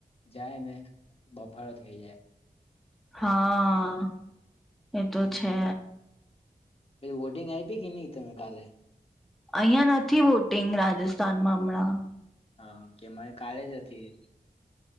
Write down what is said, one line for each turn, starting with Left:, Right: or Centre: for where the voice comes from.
Left: જાય ને બફારો થઈ જાય.
Centre: હા એતો છે.
Left: તે વોટિંગ આઈપી કે નહીં તમે કાલે?
Centre: અહિયા નથી વોટિંગ રાજસ્થાનમાં હમણાં.
Left: હા કે મારે કાલે જ હતી.